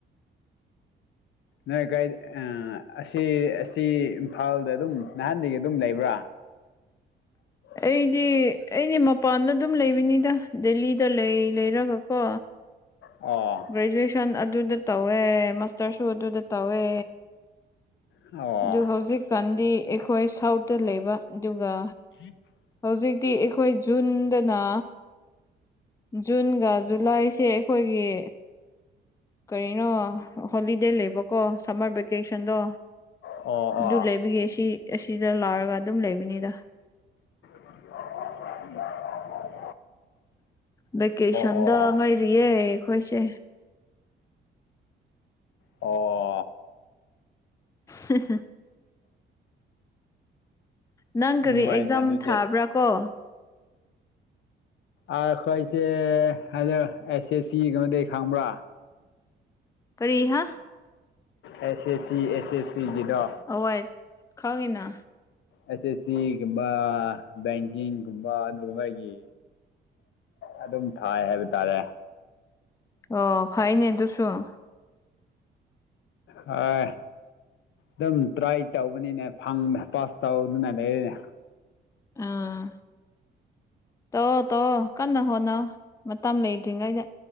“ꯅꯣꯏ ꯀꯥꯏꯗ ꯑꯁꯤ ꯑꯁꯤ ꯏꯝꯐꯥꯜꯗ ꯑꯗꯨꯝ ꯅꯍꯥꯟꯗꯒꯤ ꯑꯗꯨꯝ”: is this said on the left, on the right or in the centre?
Left